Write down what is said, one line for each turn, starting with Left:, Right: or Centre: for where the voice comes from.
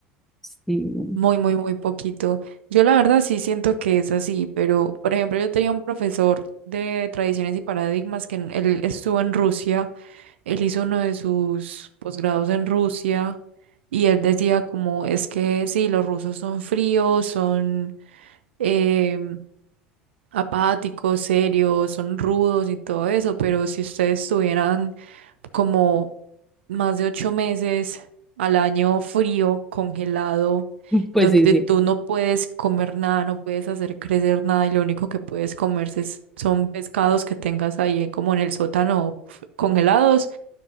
Centre: Sí,
Right: Muy, muy, muy poquito. Yo la verdad sí siento que es así, pero por ejemplo yo tenía un profesor de tradiciones y paradigmas que en- él estuvo en Rusia, él hizo uno de sus posgrados en Rusia y él decía como es que sí, los rusos son fríos, son em, apáticos, serios, son rudos y todo eso, pero si ustedes tuvieran como más de ocho meses al año frío, congelado
Centre: <laughs> pues
Right: donde
Centre: sí, sí.
Right: tú no puedes comer nada, no puedes hacer crecer nada y lo único que puedes comerse es- son pescados que tengas ahí en- como en el sótano f- congelados